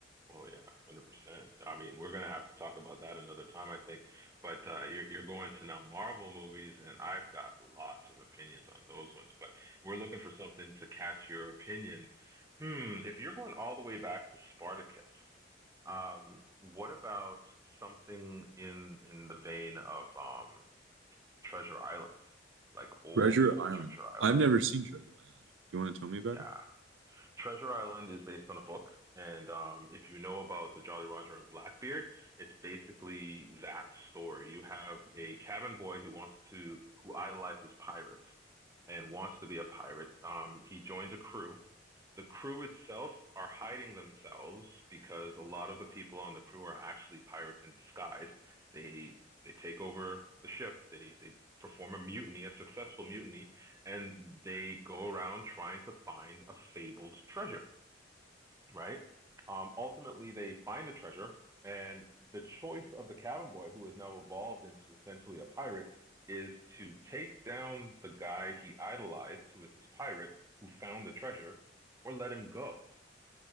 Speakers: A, on the right; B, on the right.
A: Oh yeah, 100%. I mean, we're gonna have to talk about that another time, I think. But uh, you're you're going to now Marvel movies, and I've got lots of opinions on those ones. But we're looking for something to catch your opinion. Hmm, if you're going all the way back to Spartacus, um, what about something in in the vein of um, Treasure Island, like old
B: Treasure
A: school
B: Island.
A: Treasure Island?
B: I've never seen Treasure Island. Do you want to tell me about
A: Yeah.
B: it?
A: Treasure Island is based on a book, and um, if you know about the Jolly Roger and Blackbeard, it's basically that story. You have a cabin boy who wants to who idolizes pirates and wants to be a pirate. Um, he joins a crew the crew itself are hiding themselves because a lot of the people on the crew are actually pirates in disguise. They they take over the ship. They they perform a mutiny, a successful mutiny, and they go around trying to find a fabled treasure right? Um, ultimately, they find the treasure, and the choice of the cabin boy, who has now evolved into essentially a pirate, is to take down the guy he idolized, who is this pirate who found the treasure, or let him go,